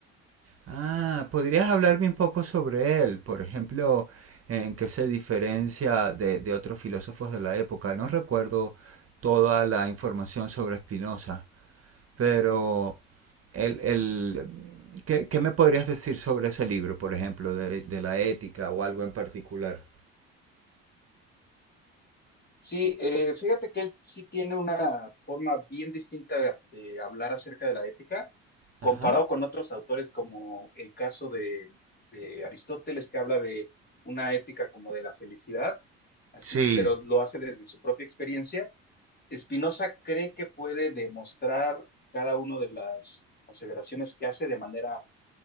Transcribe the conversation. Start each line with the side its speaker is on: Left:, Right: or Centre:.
Right: Ah, ¿podrías hablarme un poco sobre él? Por ejemplo, ¿en qué se diferencia de, de otros filósofos de la época? No recuerdo toda la información sobre Spinoza, pero el, el- ¿qué, qué me podrías decir sobre ese libro, por ejemplo, de, de la ética o algo en particular?
Left: Sí, eh, fíjate que él sí tiene una forma bien distinta de, de hablar acerca de la ética, comparado
Right: Ajá.
Left: con otros autores como el caso de, de Aristóteles, que habla de una ética como de la felicidad, así,
Right: Sí.
Left: pero lo hace desde su propia experiencia. Spinoza cree que puede demostrar cada una de las aseveraciones que hace de manera